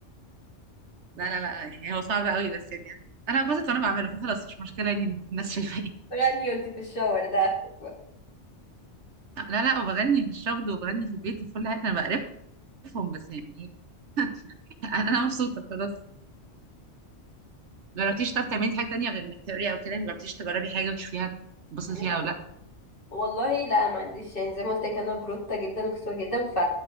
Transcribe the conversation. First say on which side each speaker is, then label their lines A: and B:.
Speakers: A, on the right; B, on the left.
A: لا لا لا يعني هو صعب قوي بس يعني انا ببسط وانا بعمله فخلاص مش مشكله يعني الناس شايفه ايه
B: غني وانتي في الشاور ده <laughs> اخرك بقى
A: لا لا وبغني في الشغل وبغني في البيت وفي كل حاجه انا بقرفهم بس يعني إيه، <laughs> انا أنا مبسوطه خلاص جربتيش طب تعملي حاجه تانية غير انك تقري او كده جربتيش تجربي حاجه وتشوفيها تبصي فيها
B: لا
A: او لا
B: والله لا ما عنديش يعني زي ما قلت لك انا بروتة جدا وكسوة جدا ف